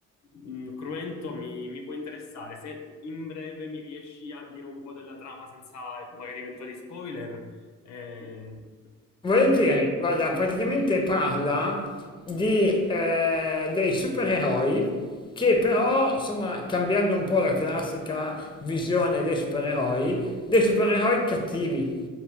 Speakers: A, on the left; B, on the left.
A: mh, cruento, mi, mi può interessare. Se in breve mi riesci a dire un po' della trama senza magari eventuali spoiler, eh,
B: Volentieri,
A: ne-
B: guarda, praticamente parla di, eh, dei supereroi che però, insomma, cambiando un po' la classica visione dei supereroi, dei supereroi cattivi,